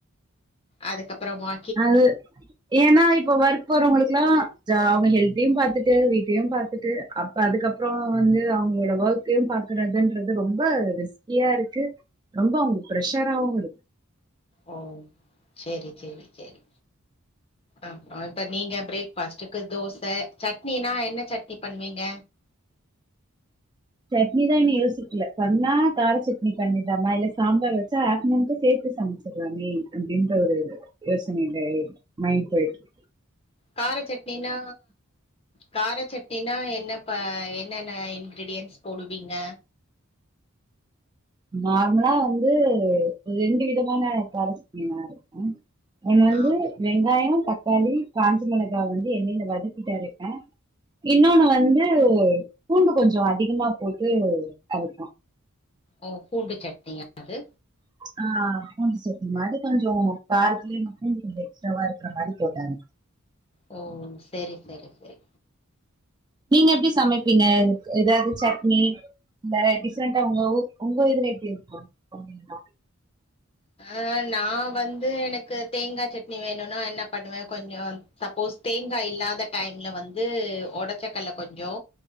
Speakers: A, on the left; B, on the right.
A: அதுக்கப்றோ வா
B: அது ஏன்னா இப்ப ஒர்க் போறவங்களுக்குல்லா ஜா அவுங்க ஹெல்தையு பாத்துட்டு வீட்டயு பாத்துட்டு இப்ப அதுக்கப்றோ வந்து அவங்களோட ஒர்க்கையு பாக்குறதுன்றது ரொம்ப ரிஸ்க்கியா இருக்கு ரொம்ப அங்க ஃப்ரஷராவு இருக்கு
A: ஓ சேரி சேரி சேரி அப்றோ இப்ப நீங்க பிரேக்பாஸ்ட்டுக்கு தோச சட்னினா என்ன சட்னி பண்வீங்க
B: சட்னிதா இன்னு யோசிக்கல பண்ணா கார சட்னி பண்ணிட்லாமா இல்ல சாம்பார் வச்சா ஆப்டர்நூன்க்கும் சேத்து சமைச் சுட்லாமே அப்படின்ற ஒரு யோசனையில இருக்கு மைண்ட்ல இருக்கு
A: கார சட்னினா கார சட்னினா என்னப்பா எ ன்னென்ன இன்கிரீடியன்ஸ் போடுவீங்க
B: நார்மலா வந்து ரெண்டு விதமான காரச் சட்னி நா அரப்பே உன் வந்து
A: ஆ
B: வெங்காயோ தக்காளி காஞ்ச மொளகா வந்து எண்ணெயில வதக்கிட்டு அரைப்பே இன்னொன்னு வந்து பூண்டு கொஞ்சோ அதிகமா போட்டு அரக்கலா
A: ஓ பூண்டு சட்னியா அது
B: ஆ பூண்டு சட்னி மாரி கொஞ்சோ காரத்துலயே பூண்டு கொஞ்சோ எக்ஸ்ட்ராவா இருக்கற மாதிரி போட்டாங்க
A: ஓ சேரி சேரி சேரி
B: நீங்க எப்டி சமைப் பீங்க ஏதாவது சட்னி இந்த டிஃப்ரெண்டா உங்க உங்க இதுல எப்டி இருக்கு அப்டிங்ளா
A: ஆ நா வந்து எனக்கு தேங்கா சட்னி வேணும்னா என்ன பண்ணுவே கொஞ்சோ சப்போஸ் தேங்கா இல்லாத டைம்ல வந்து ஒடச்சக்கல்ல கொஞ்சோ